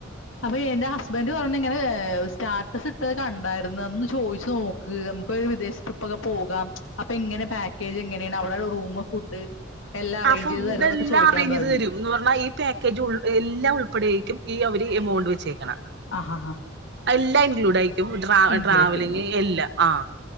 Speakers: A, on the left (about 75°); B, on the right (about 60°).
A: അപ്പൊ എന്റെ ഹസ്ബൻഡ് പറഞ്ഞു ഇങ്ങനേ സ്റ്റാറ്റസ് ഇട്ടത് കണ്ടായിരുന്നു ഒന്ന് ചോദിച്ചു നോക്ക് നമുക്ക് ഒരു വിദേശ ട്രിപ്പ് ഒക്കെ പോകാം. അപ്പൊ എങ്ങനെ പാക്കേജ് എങ്ങനേണ് അവിടെ റൂമ് ഫുഡ് എല്ലാം അറേഞ്ച്
B: ആഹ് ഫുഡ്
A: ചെയ്ത് തരുമെന്നൊക്കെ
B: എല്ലാം
A: ചോദിക്കാൻ
B: അറേഞ്ച്
A: പറഞ്ഞു
B: ചെയ്ത് തരും എന്ന് പറഞ്ഞാ ഈ പാക്കേജ് ഉൾ എല്ലാ ഉൾപ്പെടേക്കും ഈ അവര് എമൗണ്ട് വെച്ചേക്കണ
A: ആഹാ ഹാ
B: എല്ലാം ഇൻക്ലൂടായി രിക്കും. ട്രാ
A: ഇംഗ്ലക്ക്
B: ട്രാവലിങ് എല്ലാം ആഹ്